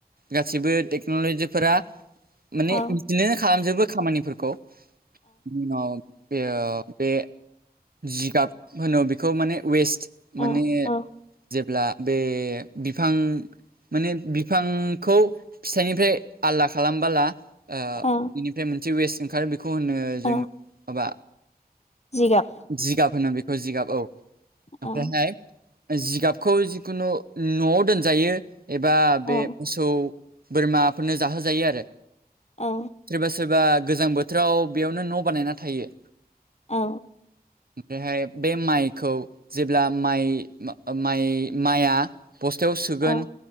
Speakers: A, on the right; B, on the left.
A: गासिबो टेक्न'लजिफोरा माने
B: औ
A: बिदिनो खालामजोबो खामानिफोरखौ अ बेव बे जिगाब होनो बेखौ माने वेस्ट
B: औ
A: माने
B: औ
A: जेब्ला बे बिफां माने बिफांखौ फिथाइनिफ्राय आलदा खालामबोला ओ
B: औ
A: इनिफ्राय मोनसे वेस्ट ओंखारो बेखौ होनो जोङो
B: औ
A: माबा
B: जिगाब।
A: जिगाब होनो बेखौ जिगाब औ
B: औ
A: ओमफ्रायहाय जिगाबखौ जिखुनु न‌'आव दोनजायो एबा
B: औ
A: बे मोसौ बोरमाफोरनो जाहो जायो आरो।
B: औ।
A: सोरबा सोरबा गोजां बोथोराव बेयावनो न' बानायना थायो।
B: औ।
A: ओमफ्रायहाय बे माइखौ जेब्ला माइ म माइ माइआ बस्थायाव सोगोन
B: औ